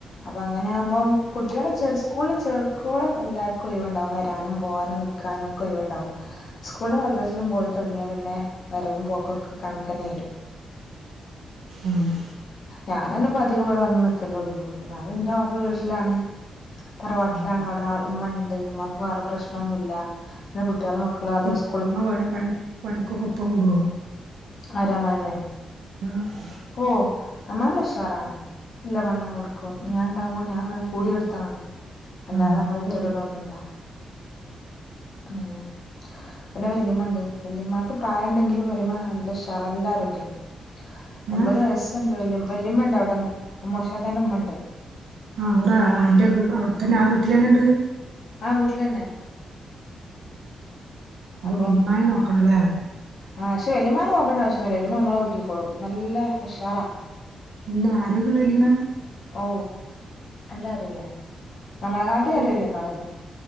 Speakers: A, on the left; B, on the right.
A: അപ്പങ്ങനെയാവുമ്പം കുട്ട്യാളെ ചെർ സ്കൂള്ൽ ചേർക്കോളും എല്ലാര്ക്കും ഒഴിവ്ണ്ടാവും വെരാനും പോവാനും നിക്ക് ക്കാനൊക്കെ ഒയിവ്ണ്ടാവും. സ്കൂളിലും മദ്രസ്സിലും പോയി തൊടങ്ങിയാ പിന്നെ വരവും പോക്കോക്കെ കണക്കന്നെരും.
B: ആഹ്
A: ഞാനന്നെപ്പധികം ഇവടെ വന്ന് നിക്കലൊള്ളൂ ഒന്നാത് ഇന്റെ മാപ്പ്ളാ ഗൾഫിലാണ്. തറവാട്ടിലാണ്
B: ഉം
A: അവ്ടെ ആള് ഉമ്മണ്ട് ഉമ്മാക്ക് വേറെ പ്രശ്നോന്നുല്ലാ. പിന്നെ കുട്ട്യാളു മക്കളു അതുസ്
B: ഉമ്മ പണി പണ് പണിക്കൊക്കെ ഒപ്പം കൂടുവോ?
A: ആരാ അമ്മായ് അമ്മേ?
B: ആഹ്
A: ഓഹ് അമ്മായമ്മ ഉഷാറാണ് എല്ലാ പണിയും എട്ക്കും ഞാൻണ്ടാവുമ്പോ ഞാൻങ്ങനെ കൂടിയൊടുത്താ മതി അല്ലാതെ
B: ആഹ്
A: നമ്മളെ
B: അപ്പൊ
A: ഒറ്റക്കിടുവൊന്നുല്ലാ ഉം പിന്നെ വെല്ല്യുമ്മണ്ട് വെല്ല്യുമ്മാക്ക് പ്രായണ്ടെങ്കിലും വല്ല്യുമ്മ നല്ല ഉഷാറാ നല്ലാരോഗ്യാ.
B: ഏ
A: എൺപത് വയസ്സ്ണ്ട് വെല്ല്യും വെല്ല്യുമ്മണ്ടവടെ അം അമ്മോശാക്കാൻ്റ ഉമ്മണ്ട്
B: ആഹ് ഇണ്ടാ അന്റെക്കെ അവിടെത്തന്നെ ആഹ് വീട്ടിലന്നെ ഇണ്ട്
A: ആഹ് വീട്ടിലെന്നെ
B: അപ്പൊ
A: അപ്പം
B: വെല്ല്യുമ്മാനേം നോക്കണല്ലേ?
A: ആഹ് പക്ഷെ വെല്ല്യുമ്മാനെ നോക്കണ്ട ആവശ്യൊന്നുല്ലാ വെല്ല്യുമ്മ നമ്മളെ നോക്കിക്കോളും നല്ല ഉഷാറാ
B: ന്നെ ആരോഗ്യള്ള വെല്ല്യുമ്മേ
A: ഓഹ് നല്ല ആരോഗ്യാ ഞമ്മളെ കാട്ടി
B: ഉം
A: ആരോഗ്യണ്ടാവയിന്